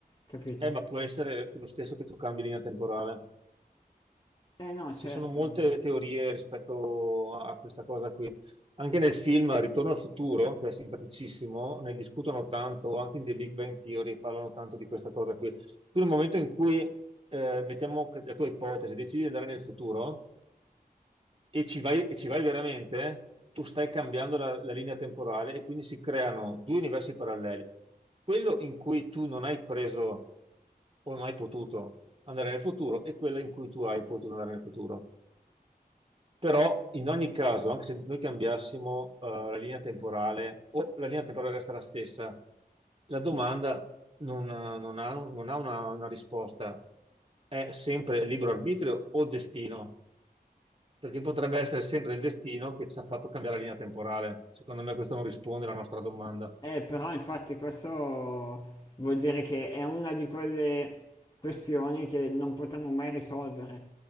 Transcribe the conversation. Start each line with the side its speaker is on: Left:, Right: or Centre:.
Left: capito?
Right: eh, ma può essere lo stesso che tu cambi linea temporale.
Left: Eh no, certo.
Right: Ci sono molte
Left: eh.
Right: teorie rispetto a questa cosa qui. Anche nel film Ritorno al futuro, che è simpaticissimo, ne discutono tanto, anche in The Big Bang Theory parlano tanto di questa cosa qui. Tu nel momento in cui, eh, mettiamo che- la tua ipotesi, decidi di andare nel futuro e ci vai, e ci vai veramente, tu stai cambiando la, la linea temporale e quindi si creano due universi paralleli. Quello in cui tu non hai preso o non hai potuto andare nel futuro e quello in cui tu hai potuto andare nel futuro. Però in ogni caso, anche se noi cambiassimo eh, la linea temporale o la linea temporale resta la stessa, la domanda non, ha, non ha- non ha una, una risposta. È sempre libero arbitrio o destino? Perché potrebbe essere sempre il destino che ci ha fatto cambiare la linea temporale. Secondo me questo non risponde alla nostra domanda.
Left: Eh, però infatti questo vuol dire che è una di quelle questioni che non potremo mai risolvere,